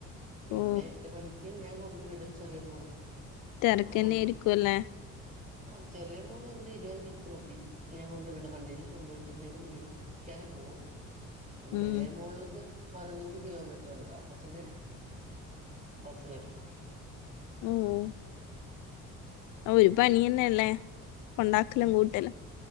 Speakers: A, on the right; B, on the left.
A: പിന്നെ
B: ഓ
A: എട്ട് മണിക്ക് ഞാൻ കൊണ്ട് വിടും ചെറിയ മോളെ
B: തിരക്കന്നെ
A: ആഹ്
B: ആരിക്കുവല്ലേ
A: ആഹ് ചെറിയ മോളെ അടെ ഇരുപത് മിനിറ്റ് മതി ഞാൻ കൊണ്ടു വിടും വണ്ടിയിലും കൊണ്ട് വിട്ടവരും വിളി നടും എന്ന പോകവും വിലിയ
B: ഉം
A: മോളിലക്ക് പതിനഞ്ച് കിലോമീറ്റർ ഉണ്ട് അപ്പൊ പിന്നെ ബസ് വരും
B: ഉം ഒരു പണിയ തന്നെയല്ലേ കൊണ്ടാ. ക്കല
A: ഉം
B: കൂട്ടല്ല